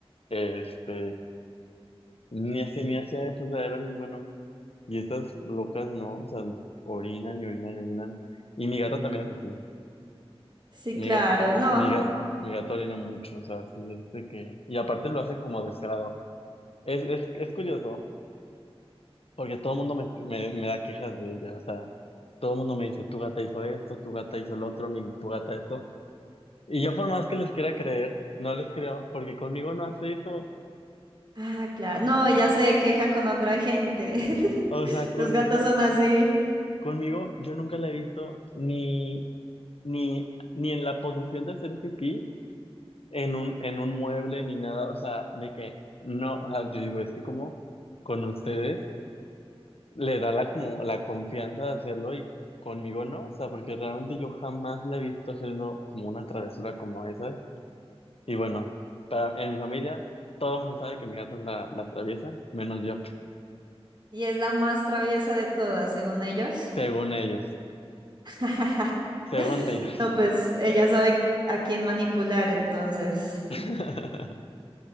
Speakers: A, on the left; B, on the right.
A: este, ni así, ni hacía eso, o sea, era bien bueno. Y estas locas no, o sea, orinan y orinan y orinan. Y mi gata también es así.
B: Sí, claro,
A: Mi, ga-
B: no.
A: mi, ga- mi gato orina mucho, o sea, sí, es de que... Y aparte lo hace como descarado. Es, es, es curioso, porque todo el mundo me, me, me da quejas de ella, o sea, todo el mundo me dice, tu gata hizo esto, tu gata hizo el otro, mi, tu gata esto. Y yo por más que les quiera creer, no les creo, porque conmigo no hace eso.
B: Ah, claro. No, ella se queja con otra gente. <laughs>
A: O sea, con,
B: Los gatos
A: mi- con-
B: son así.
A: conmigo yo nunca la he visto ni, ni, ni en la posición de hacer pipí, en un, en un mueble ni nada, o sea, de que no, o sea, yo digo, es que como con ustedes le da la como la confianza de hacerlo y conmigo no, o sea, porque realmente yo jamás la he visto haciendo como una travesura como esas. Y bueno, para, en mi familia todo el mundo sabe que mi gato es la, la traviesa, menos yo,
B: Y es la más traviesa de todas, según ellos.
A: según ellos,
B: <laughs>
A: según ellos.
B: No, pues ella sabe a quién manipular, entonces.
A: <laughs>